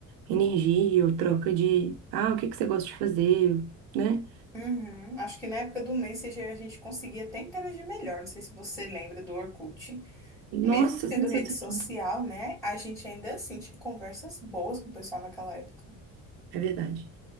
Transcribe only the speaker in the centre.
Uhum. Acho que na época do Messenger a gente conseguia até interagir melhor. Não sei se você lembra do Orkut.
Mesmo sendo
rede social, né? A gente ainda assim tinha conversas boas com o pessoal naquela época.